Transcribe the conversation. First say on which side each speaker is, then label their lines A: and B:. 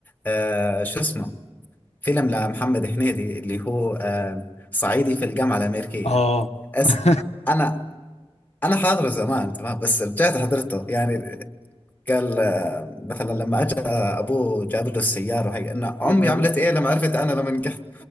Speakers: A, on the left (about 15°); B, on the left (about 80°).
A: آه شو اسمه فيلم لمحمد هنيدي اللي هو آه صعيدي في الجامعة الأمريكية
B: اه
A: أس...
B: <laughs>
A: انا انا حاضره زمان تمام بس رجعت حضرته يعني قال آه، مثلا لما اجى ابوه جاب له السياره وهي ان امي
B: جابوا-
A: عملت ايه لما عرفت انا لما نجحت